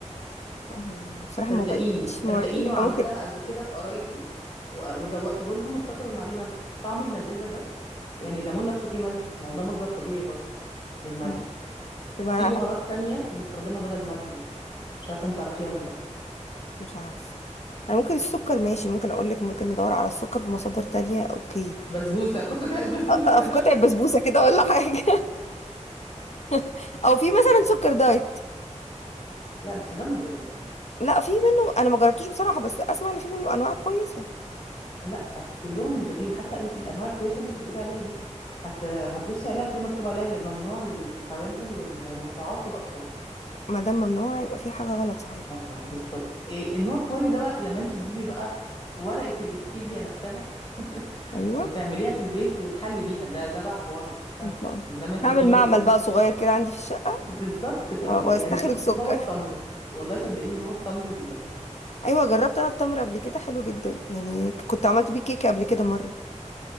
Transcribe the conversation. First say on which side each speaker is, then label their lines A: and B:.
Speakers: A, on the left; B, on the left.
A: يعني بصراحه ما
B: صدقيني
A: وعدتكيش
B: صدقيني
A: ما وعدتكيش
B: وعملتها
A: أنا <laughs> ممكن
B: قبل كده في قرايبي و- ودوقته لهم افتكروا ان عليه ملح طعم المزازه ده يعني الليمون نفسه فيه ملح ما هو ده مصدر طبيعي برضه للملح
A: مم. تبقى
B: في بهارات تانية بنستخدمها بدل الملح برضه مش عارفه انت تعرفيها ولا لا
A: مش عارفه انا ممكن السكر ماشي ممكن اقول لك ممكن ندور على السكر في مصادر تانية اوكي
B: بسبوسه فقدت بسبوسه
A: أ- أ- في قطع بسبوسه كده ولا حاجه <laughs> او في مثلا سكر دايت
B: <laughs> لا بس ده مضر برضه
A: لا في منه انا ما جربتوش بصراحه بس اسمع ان في منه انواع كويسه
B: لا كلهم مضرين حتى انت الانواع الكويسه اللي انت بتقولي عليها دي هت... هتبصي عليها هتلاقي مكتوب عليها ممنوع للحوامل والمرضعات والاطفال
A: ما دام ممنوع يبقى في حاجه غلط صحيح
B: اه بالظبط إيه النوع كويس ده بقى لما انت تجيبي بقى ورقة الاستيفيا نفسها <laughs>
A: ايوه
B: وتعمليها في البيت وتحلي بيها ده ده بقى حوار يعني
A: <laughs>
B: فاهم
A: إن شاء الله.
B: لما انت
A: هعمل
B: تجيبي
A: معمل
B: الاستيفيا
A: بقى صغير كده عندي في الشقه
B: بالظبط ف
A: و- واستخرج
B: يعني بصي
A: سكر
B: هو التمر والله صدقيني هو التمر ال-
A: ايوه جربت انا التمر قبل كده حلو جدا يعني كنت عملت بيه كيكه قبل كده مره